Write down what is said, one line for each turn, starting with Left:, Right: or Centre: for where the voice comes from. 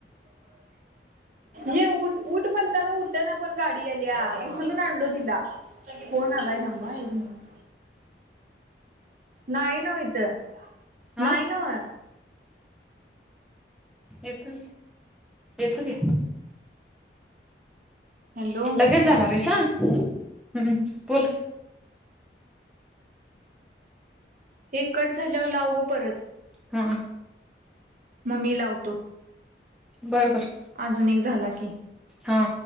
Right: ये उठ. उठ म्हणताना उठना पण, गाडी आल्या उचलून आणलो तिला. फोन आलाय थांबा एक मिनिट. नाही ना ओ इथ
Centre: हा
Right: नाही न
Centre: येतो येतो की.
Right: हॅलो
Centre: लगेच जाणार आहेसा? हम्म बोल.
Right: हे कट झाल्यावर लाव ग परत.
Centre: हम्म
Right: मग मी लावतो.
Centre: बर बर
Right: अजून एक झाला की.
Centre: हां